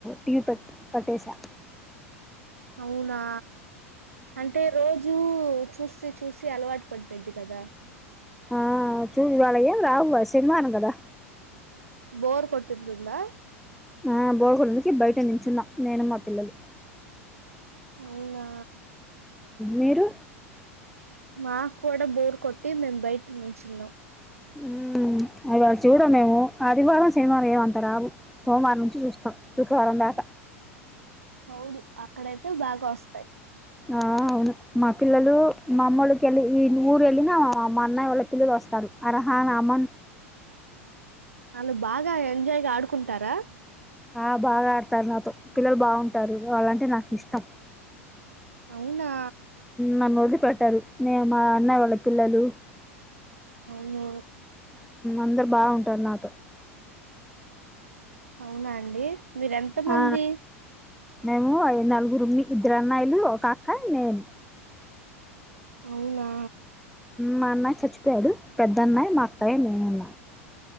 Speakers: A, in the centre; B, on the right (about 75°).
A: టీవీ కట్ కట్టేసా
B: అవునా అంటే రోజూ చూస్ సి చూసి అలవాటు పడిపోయింది కదా
A: ఆ చూసి వాళ్ళ ఏం రావు ఆ సినిమాను కదా
B: బోర్ కొట్టు తుందా
A: ఆ బోర్గొట్టనికి బయట నిం చున్న నేను మా పిల్లలు
B: అవునా
A: మీరు
B: మా కుడ బోర్ కొట్టి మేం బయట నుంచున్నాం
A: ఉమ్ అడవి చూడమేము అదివారం సినిమాలు ఏమంత్ తరాబు సోమవారం నుంచి చూస్తా శుక్రవారం దాక
B: అవును అక్కడైతే బాగొస్తాయ్
A: ఆ అవును మా పిల్లలు మా అమ్మోల్లకి ఎళ్ళి ఈ ఊరు వెళ్ళిన మా అన్నయ్య వాళ్ళ పిల్లలు వస్తారు అరహాన్ అమన్
B: వాళ్ళు బాగా ఎంజాయ్ గా ఆడుకుంటారా
A: ఆ బాగా ఆడతారు నాతో పిల్లలు బాగుంటారు వాళ్ళంటే నాకు ఇష్టం
B: అవునా
A: నన్ను వదిలిపెట్టరు నే మా అన్నయ వాళ్ళ పిల్లలు
B: అవును
A: అందరు బావుంటారు నాతో
B: అవునా అండి మీరు ఎంత మంది
A: ఆ మేము ఐ నలుగురు మీ ఇద్దరు అన్నాయిలు ఒక అక్క నేను
B: అవునా
A: మా అన్నాయ్ చచ్చిపోయాడు పెద్దన్నయ్ మా అక్కాయి నేనున్నా